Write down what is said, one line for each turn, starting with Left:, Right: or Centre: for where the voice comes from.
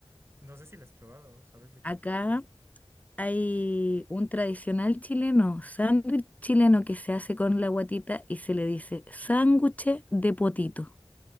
Right: No sé si la has probado, ¿sabes de qué,
Left: acá.
Right: de qué es?
Left: Hay
Right: Sí.
Left: un tradicional chileno, sándwich chileno que se hace con la guatita y se le dice sándwich de potito.